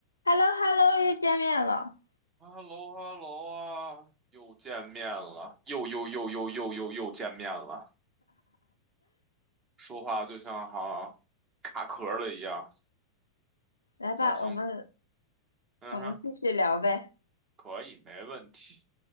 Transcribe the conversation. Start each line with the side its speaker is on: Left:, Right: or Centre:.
Left: h e l l o h e l l o 又见面了，
Right: 哈喽哈喽啊，又见面了，又又又又又又又见面了，说话就像好像卡壳了一样，
Left: 来吧，
Right: 主要像
Left: 我们
Right: 嗯哼，
Left: 我们继续聊呗。
Right: 可以，没问题。